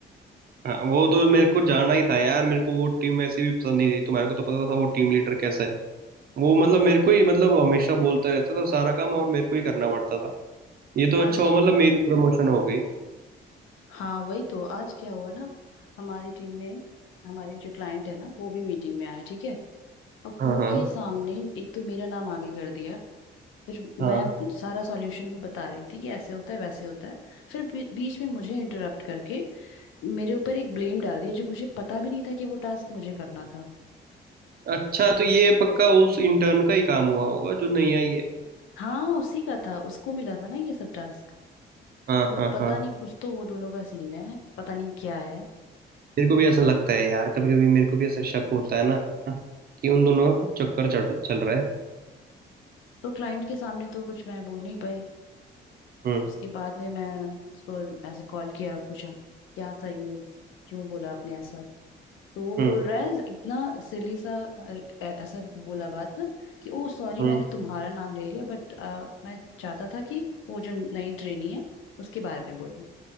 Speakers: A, on the right; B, on the left.
A: हाँ वो तो मेरे को जाना ही था यार मेरे को वो टीम ऐसे भी पसंद नहीं थी तुम्हारे को तो पता था वो टीम लीडर कैसा है वो मतलब मेरे को ही मतलब हमेशा बोलता रहता था सारा काम और मेरे को ही करना पड़ता था ये तो
B: आज
A: अच्छा हो मतलब मेरी प्रमोशन हो गई
B: हाँ वही तो आज क्या हुआ ना हमारी टीम में हमारे जो क्लाइंट है ना वो भी मीटिंग में आया ठीक है अब
A: हाँ
B: उनके
A: हाँ
B: सामने एक तो मेरा नाम आगे कर दिया फिर
A: हाँ
B: मैं सारा सॉल्यूशन वो बता रही थी कि ऐसे होता है वैसे होता है फिर बी- बीच में मुझे इंटरप्ट करके मेरे ऊपर एक ब्लेम डाल दिया जो मुझे पता भी नहीं था कि वो टास्क मुझे करना था
A: अच्छा तो ये पक्का उस इंटर्न का ही काम हुआ होगा जो नहीं आई है
B: हाँ उसी का था उसको मिला था ना ये सब टास्क
A: हाँ
B: वो
A: हाँ
B: पता
A: हाँ
B: नहीं कुछ तो वो दोनों का सीन है पता नहीं क्या है
A: मेरे को भी ऐसा लगता है यार कभी कभी मेरे को भी ऐसा शक होता है ना कि उन दोनों का कुछ चक्कर चढ़ चल रहा
B: तो क्लाइंट के सामने तो कुछ मैं बोल नहीं पाई
A: है
B: उसके बाद में मैं उसको ऐसे कॉल किया पूछा क्या था ये क्यों बोला आपने ऐसा तो वो
A: हम्म
B: बोल रहा है इतना सिली सा अ, ऐ- ऐसा बोला बात ना कि ओ सॉरी
A: हम्म
B: मैंने तुम्हारा नाम ले लिया बट मैं चाहता था कि वो जो नई ट्रेनी है उसके बारे में बोले